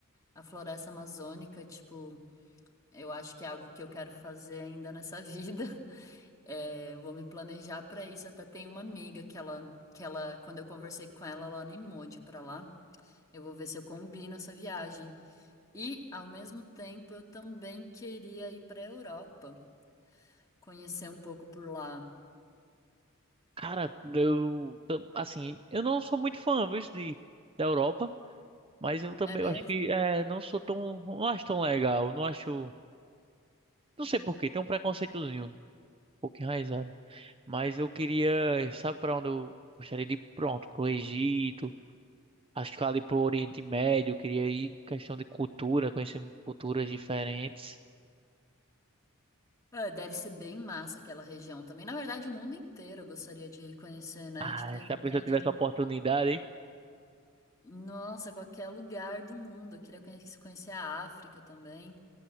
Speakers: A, on the left (about 15°); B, on the right (about 25°).
A: a floresta amazônica, tipo, eu acho que é algo que eu quero fazer ainda nessa <laughs> vida. É, vou me planejar para isso. Até tenho uma amiga que ela que ela, quando eu conversei com ela, ela animou de ir para lá. Eu vou ver se eu combino essa viagem. E, ao mesmo tempo, eu também queria ir para a Europa, conhecer um pouco por lá.
B: Cara, eu, assim, eu não sou muito fã, viu, de, da Europa, mas eu também
A: É mesmo?
B: eu acho que é, não sou tão, não acho tão legal, não acho, não sei por quê, tem um preconceitozinho, um pouco enraizado. Mas eu queria, sabe pra onde eu gostaria de ir? Pronto, pro Egito, acho que ali pro Oriente Médio, eu queria ir, questão de cultura, conhecer culturas diferentes.
A: É, deve ser bem massa aquela região também. Na verdade, o mundo inteiro eu gostaria de conhecer, né?
B: Ah,
A: Tipo, tenho
B: se
A: vontade
B: a pessoa tivesse
A: de.
B: a oportunidade, hein?
A: Nossa, qualquer lugar do mundo. Eu queria conhe- conhecer a África também.